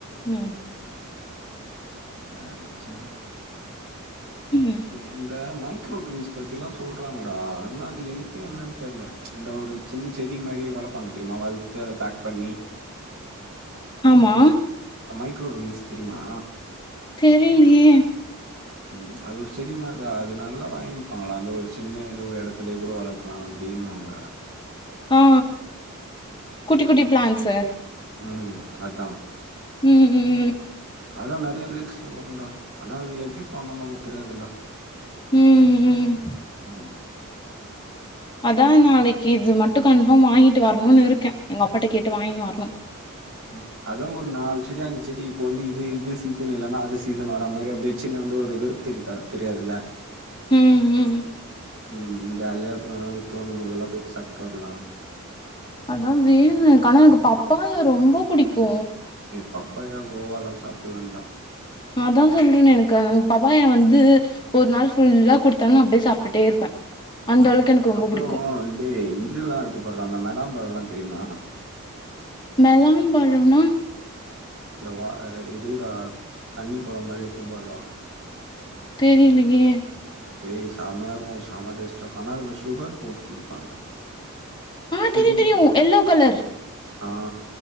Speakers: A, on the left; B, on the right.
A: ம்
B: சாரி சாரி
A: ம்
B: இந்த மைக்ரோடுவின்ஸ் பத்திலா சொல்றாங்கடா ஆனா அது என்க்கு என்னன் தெர்ல அந்த ஒரு சின்ன செடி மாரி வளப்பாங்க தெரியுமா வளத் து அத பேக் பண்ணி
A: ஆமா
B: அ மைக்ரோ குவின்ஸ் தெரியுமா
A: தெரீலயே
B: ம் அது ஒரு செடி மார்ரா அது நல்லா வாங்கிப்பாங்களா அந்த ஒரு சின்ன எதோ எடத்துலயே கூட வளக் லா அப்டின்னுவாங்க
A: ஆ ஆ குட்டி குட்டி பிளான்ஸு
B: ம் அதா
A: ம் ம்
B: அதல்லா நெறைய ரீல்ஸ்ல வருன்டா ஆனா அது எப்பிடி பண்ணனு நமக்கு தெரியாதுல்ல
A: ம் ம்
B: ம்
A: அதா நாளைக்கு இது மட்டு கன்ஃபார்ம் வாங்கிட்டு வரணுனு இருக்கே எங்க அப்பாட்ட கேட்டு வாங்கினு வரணு
B: ம் அதா ஒரு நாலு செடி அஞ்சு செடி இப்ப வந்து இது இது சீசன் இல்லன்னா அது சீசன் வர்ற மாரி அப்பிடி வச்சுனு வந்து ஒரு வெறும் தெரிக்கா தெரியாதுல்ல
A: ம் ம்
B: ம் ஜாலியா போனு தோணும் மொதல்லா போயிட்டு சாப்ட்டு வரலா
A: அதா வேணுமே கானா எனக் பப்பாயா ரொம்ப புடிக்கு
B: ஏ பப்பாயா கோவாலா சாப்புலான்டா
A: அதா சொல்றனே எனக்கு பபாயா வந்து ஒரு நாள் ஃபுல்லா குடுத்தாலு நா அப்டியே சாப்ட்டுட்டே இருப்பே அந்த
B: ம்
A: அளவுக்கு
B: ம்
A: எனக்கு ரொம்ப
B: அப்புறோ
A: புடிக்கு
B: டே இதுல்லா இருக்கு பார்ரா அந்த மெலாம்பழொல்லா தெரியுமா
A: மெலாம்பழோனா
B: இந்த வ அ இதூட தண்ணி பழ மாரி இருக்கும் பார்ரா
A: தெரிலீயே
B: ஏய் செமையா இருக்கு செம டேஸ்ட்டா இருக்கு ஆனா அதுல சுகர் போட்டு குடிப்பாங்க
A: ஆ
B: கிர்ணி
A: தெரியு தெரியு
B: ப
A: எல்லோ கலர்
B: ஆ